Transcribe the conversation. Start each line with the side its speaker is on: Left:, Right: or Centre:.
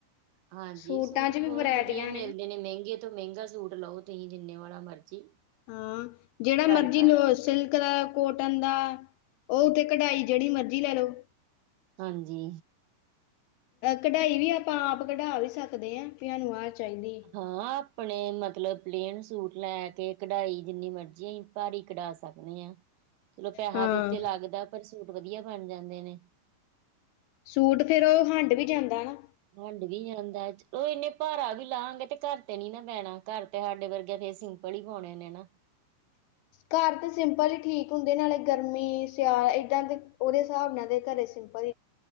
Right: ਹਾਂਜੀ
Left: ਸੂਟਾਂ
Right: ਸੂਟ
Left: 'ਚ
Right: ਵੀ ਬਹੁਤ
Left: ਵੈਰਾਈਟੀਆਂ
Right: ਵਧੀਆ ਮਿਲਦੇ ਨੇ ਮਹਿੰਗੇ ਮਹਿੰਗਾ ਸੂਟ ਲਓ ਤੁਸੀਂ ਜਿੰਨੇ ਵਾਲਾ ਮਰਜ਼ੀ
Left: ਹਾਂ, ਜਿਹੜਾ
Right: ਭਾਰੇ
Left: ਮਰਜੀ
Right: ਭਾਰੇ
Left: ਲੋ ਸਿਲਕ ਦਾ ਕੋਟਨ ਦਾ, ਉਹ ਉੱਤੇ ਕਢਾਈ ਜਿਹੜੀ ਮਰਜ਼ੀ ਲੈ ਲਓ
Right: ਹਾਂਜੀ
Left: ਕਢਾਈ ਵੀ ਆਪਾਂ ਆਪ ਕਢਾ ਵੀ ਸਕਦੇ ਹਾਂ ਵੀ ਸਾਨੂੰ ਆਹ ਚਾਹੀਦੀ
Right: ਹ ਹਾਂ ਆਪਣੇ ਮਤਲਬ ਪਲੇਨ ਸੂਟ ਲੈ ਕੇ ਕਢਾਈ ਜਿੰਨੀ ਮਰਜ਼ੀ ਭਾਰੀ ਕਢਾ ਸਕਦੇ ਹਾਂ। ਚਲੋ ਪੈਹਾ
Left: ਹਾਂ
Right: ਤੇ ਉੱਤੇ ਲੱਗਦਾ ਪਰ ਸੂਟ ਵਧੀਆ ਬਣ ਜਾਂਦੇ ਨੇ
Left: ਸੂਟ ਫੇਰ ਹੰਡ ਵੀ ਜਾਂਦਾ ਨਾ।
Right: ਹੰਡ ਵੀ ਜਾਂਦਾ ਉਹ ਇਨੇ ਭਾਰਾ ਵੀ ਲਾਂਗੇ ਤੇ ਘਰ ਤੇ ਨੀ ਨਾ ਪੈਣਾ ਘਰ ਤੁਹਾਡੇ ਵਰਗੇ ਤੇ ਸਿੰਪਲ ਹੀ ਹੋਣੇ ਨੇ ਨਾ?
Left: ਘਰ ਤਾਂ ਸਿੰਪਲ ਹੀ ਠੀਕ ਹੁੰਦੇ ਨਾਲੇ ਗਰਮੀ ਸਿਆਲ ਏਦਾਂ ਦੇ, ਉਹਦੇ ਹਿਸਾਬ ਨਾਲ ਦੇ ਘਰੇ ਸਿੰਪਲ ਈ